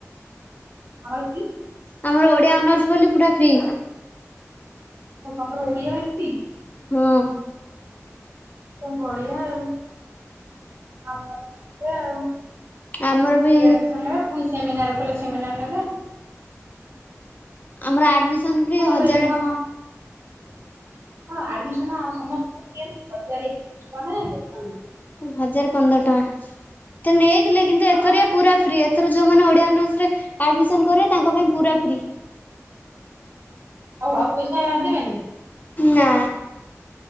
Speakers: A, on the right; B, on the left.
A: ଆମର କି <unintelligible>
B: ଆମର ଓଡିଆ ଅନର୍ସ ବୋଲି ପୁରା ଫ୍ରି।
A: ହଉ ତମର ଓଡିଆ ବାସୀ।
B: ହଁ।
A: ବଢିଆ ଆଉ। ଆଣ ଆଉ
B: ଆମର ବି
A: ଆଡ ଶଣ <unintelligible> ପୁଣି ସେମିନାର କଲେ ସେମିନାର ନେବେ।
B: ଆମର ଆଡ଼ମିସନ୍ ଫି
A: ପୁଣି
B: ହଜାର
A: ୱେଲକମ୍ ହଁ ଆଡମିସନ ଆଉ ସମସ୍ତଙ୍କର ଦିଏନି ହଜାର ଏକତିଶ ଟଙ୍କା କେତେ ଟଙ୍କା।
B: ହଜାର ପନ୍ଦର ଟଙ୍କା ତ ନେଇଥିଲେ କିନ୍ତୁ
A: ହଁ
B: ଏଥରଆ ପୁରା ଫ୍ରି ଅଛି। ଥର ଯେଉଁମାନେ ଓଡ଼ିଆ ଅନର୍ସରେ ଆଡ଼ମିସନ୍ କରିବେ ତାଙ୍କ ପାଇଁ ପୁରା ଫ୍ରି।
A: ଆଉ ଆଉ ପଇସା ଦେବେନି।
B: ନା